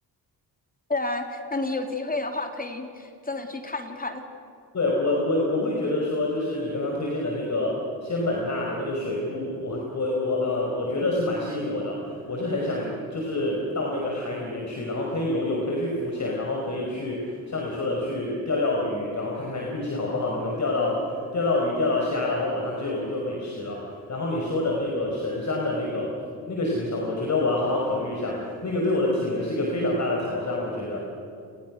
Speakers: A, on the left; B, on the left.
A: 对啊，那你有机会的话，可以真的去看一看。
B: 对，我我我会觉得说，就是你刚刚推荐的那个仙本那的那个水屋，我我我呃，我觉得是蛮吸引我的。我是很想就是到那个海里面去，然后可以游泳，可以去浮潜，然后可以去像你说的去钓钓鱼，然后看看运气好不好，能不能钓到钓到鱼、钓到虾，然后晚上就有一顿美食了。然后你说的那个神山的那个那个行程，我觉得我要好好考虑一下，那个对我的体能是一个非常大的挑战，我觉得。